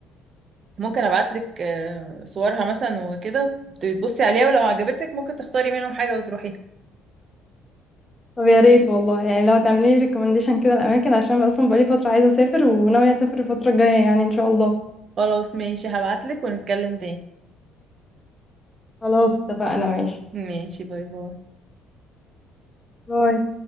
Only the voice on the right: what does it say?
ممكن ابعتلك آه، صورها مثلا وكده تبصي عليها ولو عجبتك ممكن تختاري منهم حاجة وتروحيها
خلاص ماشي هبعتلك ونتكلم تاني
ماشي باي باي